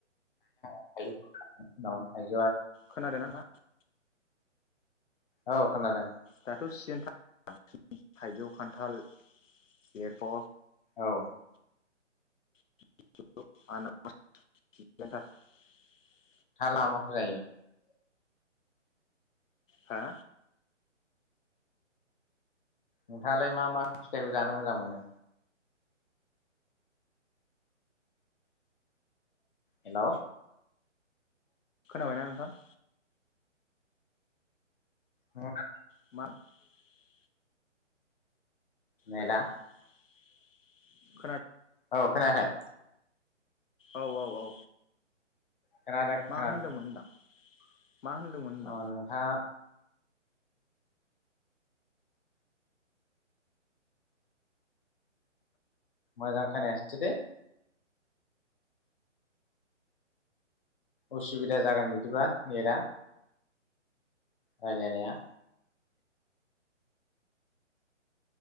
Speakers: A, on the left; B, on the left.
A: <unintelligible>
B: खोनादों ना नोंथांआ?
A: औ खोनादों।
B: दाथ' सिजेनथार थाइजौ, खान्थाल, लेरख'
A: औ।
B: <inaudible>
A: <unintelligible>
B: हा।
A: नोंथाङालाय मा मा फिथाइखौ जानो मोजां मोनो? हेल'
B: खोनाबायना नोंथां। <inaudible>
A: <inaudible>
B: <unintelligible>
A: नेदा
B: हेल' <inaudible>
A: औ खोनायाखै? <inaudible>
B: औ औ औ।
A: खोनादों
B: मा
A: खोनादों
B: होनदोंमोन होनदां? <inaudible> होनदां
A: अ नोंथाङा मोजां खोनायासै दे। असुबिदा जागोन बिदिबा नेटआ। रायलायनाया।